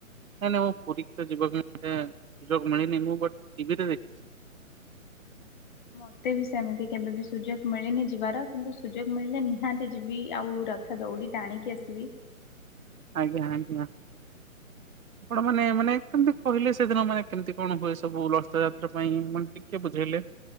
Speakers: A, on the right; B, on the left.
A: ନାଇଁ ନାଇଁ ମୁଁ ପୁରୀ ତ ଯିବାକେ ସୁଯୋଗ ମିଳିନି ମୁଁ ବ ଟିଭିରେ ଦେଖିଛି <inaudible>
B: ମତେ ବି ସେମିତି କେବେବ ସୁଯୋଗ ମିଳିନି ଯିବାର କିନ୍ତୁ ସୁଯୋଗ ମିଳିଲେ ନିହାତି ଯିବି ଆଉ। ତ ଦୌଡ଼ି ଆଣିକି ଆସିଲି।
A: ଆଜ୍ଞା ଆଜ୍ଞା। ଆପଣ ମାନେ ମାନେ କେମିତି କହିଲେ ସେଦିନ ମାନେ କେମିତି କଣ ହୁଏ ସବୁ ଲସ୍ ଯାତ୍ରା ପାଇଁ ମାନେ ଟିକେ ବୁଝେଇଲେ।